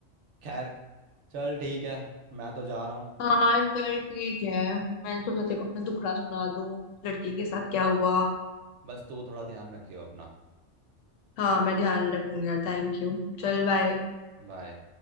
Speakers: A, on the right; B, on the left.
A: खैर चल ठीक है मैं तो जा रहा हूँ
B: हाँ चल ठीक है मैंने सोचा तेरे को अपना दुखड़ा सुना दूं उस लड़की के साथ क्या हुआ
A: बस तू थोड़ा ध्यान रखियो अपना
B: हाँ मैं ध्यान रखूंगी यार थैंक यू चल बाय
A: बाय